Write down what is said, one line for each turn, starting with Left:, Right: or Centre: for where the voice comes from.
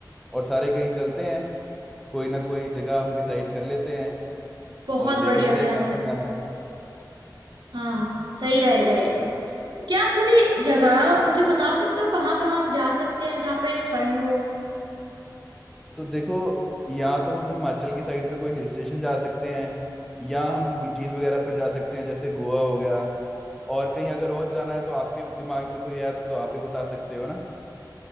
Centre: और सारे कहीं चलते हैं कोई ना कोई जगह हम डिसाइड कर लेते हैं
Right: बहुत
Centre: और देख
Right: बढ़िया
Centre: लेते
Right: प्लान
Centre: हैं कहाँ
Right: है
Centre: पर जाना है
Right: हाँ सही रहेगा ये तो क्या आप थोड़ी जगह मुझे बता सकते हो कहाँ कहाँ हम जा सकते हैं जहाँ पे ठंड हो
Centre: तो देखो या तो हम हिमाचल की साइड पे कोई हिल स्टेशन जा सकते हैं या हम बीचेस वगैरह पे जा सकते हैं जैसे गोवा हो गया और कहीं अगर और जाना है तो आपके दिमाग में कोई है तो आप भी बता सकते हो ना